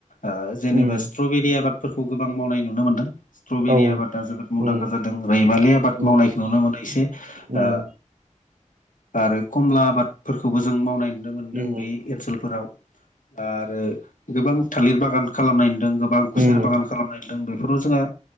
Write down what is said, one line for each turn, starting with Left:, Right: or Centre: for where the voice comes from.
Left: ओ जेनेबा
Right: उम
Left: स्ट्रबेरि आबादफोरखौ गोबां मावनाय नुनो मोनदों। स्ट्रबेरि
Right: औ
Left: आबादा जोबोद मुंदांखा
Right: उम
Left: जादों रैमालि आबाद
Right: उम
Left: मावनायखौ नुनो मोनो एसे। ओ
Right: उम
Left: आरो खमला आबादफोरखौबो जों मावनाय नुनो मोनदों
Right: उम
Left: बे ओनसोलफोराव आरो गोबां थालिर बागान खालामनायदों गो बां खुसेर
Right: उम
Left: बागान खालाम नुदों बेफोराव जोंहा